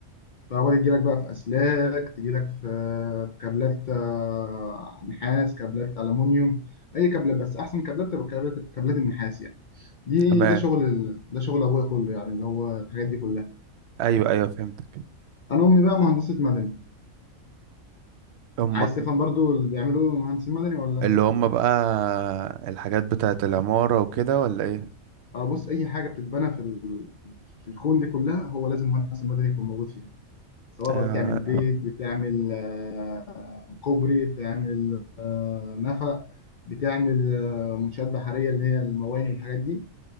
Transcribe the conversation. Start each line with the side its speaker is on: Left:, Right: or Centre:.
Left: الكهرباء دي تجيلك بقى في أسلاك تجيلك في آه، كابلات آه، نحاس كابلات ألمونيوم أي كابلات بس أحسن كابلات تبقى كابلات كابلات النحاس يعني دي
Right: تمام
Left: ده شغل ال- ده شغل أبويا كله يعني هو الحاجات دي كلها
Right: ايوه ايوه فهمتك
Left: أنا أمي بقى مهندسة مدني
Right: امك
Left: عايز تفهم برضو اللي بيعمله مهندس مدني ولا
Right: اللي هم بقى الحاجات بتاعت العمارة وكده ولا ايه
Left: اه بص اي حاجه بتتبنى في ال... في الكون دي كلها هو لازم مهندس مدني يكون موجود فيها سواء
Right: آه
Left: بقى بتعمل بيت بتعمل آه، كوبري بتعمل آه، نفق بتعمل آه، منشآت بحريه اللي هي المواني والحاجات دي